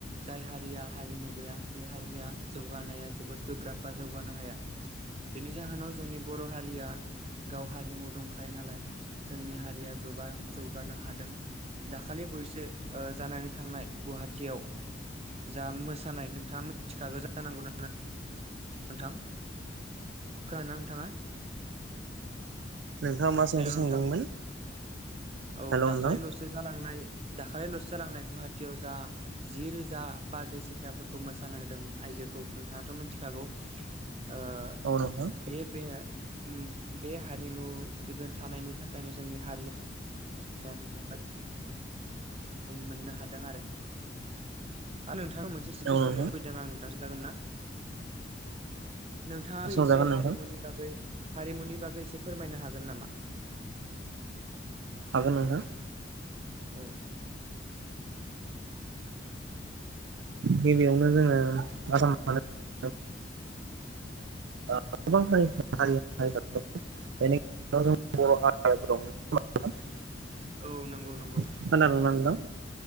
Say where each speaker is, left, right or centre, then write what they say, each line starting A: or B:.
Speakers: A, on the right; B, on the right.
A: जाय हारिया हारिमु गैया बे हारिया जौगानाया जोबोद गोब्राब बा जौगानो हाया बेनि जाहोनाव जोंनि बर हारिया गाव हारिमु दंखायो नालाय जोंनि हारिया गोबां जौगानो हादों दाखालि बयोसो ओ जानानै थांनाय गुवाहा टियाव जा मोसानाय नोंथाङा मिथिखागौ जानांगौ ना नोंथां खोनादोना नोंथाङा
B: नोंथाङा मा सोंथि
A: हेलौ
B: सोंदोंमोन
A: नोंथां औ
B: हेल'
A: दाखालिलसो
B: नोंथां
A: जालांनाय दाखालि लसो जालांनाय गुवाहाटियाव जा जि रोजा बारदै सिख्लाफोरखौ मोसानो होदोंमोन आइजोखौ नोंथाङाथ मिथिखागौ‌ ओ <unintelligible>
B: औ नोंथां
A: उम बे हारिमु <unintelligible> थानायनि थाखायनो जोंनि हारिया <unintelligible> मोननो हादों आरो आं नोंथांनाव मोनसे सोंथि
B: औ
A: सोंनो
B: नोंथां
A: लुबैदों आं नोंथाङा खोनथागोन ना नोंथाङाबो
B: सोंजागोन
A: एसे हारिमुनि
B: नोंथां
A: बागै हारिमुनि बागै एसे फोरमायनो हागोन नामा।
B: हागोन नोंथां।
A: औ।
B: गिबियावनो जोङो आसा <unintelligible> <unintelligible> खोनादोंना
A: औ नंगौ नंगौ
B: नोंथां